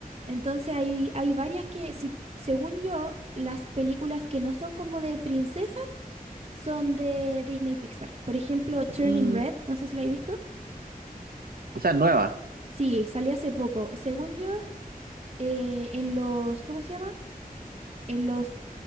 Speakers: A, on the right; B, on the right.
A: Entonces hay, hay varias que, si, según yo, las películas que no son como de princesas son de Disney y Pixar. Por ejemplo, Turning
B: mm.
A: Red, Mm. no sé si la he visto.
B: Esa es nueva.
A: Sí, salió hace poco. Según yo, eh, en los, ¿cómo se llama? En los